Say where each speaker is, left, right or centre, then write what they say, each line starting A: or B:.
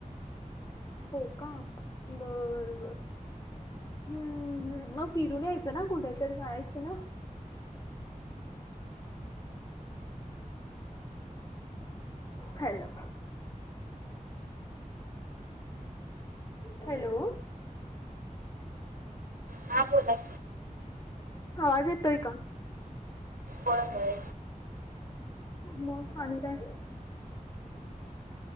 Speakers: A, on the left; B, on the right.
A: हो का बर बर हम्म हम्म म फिरून यायचं ना कुठे तर जायचं ना. हॅलो हॅलो
B: हा बोला
A: आवाज येतोय का?
B: होय होय.
A: म आणि काय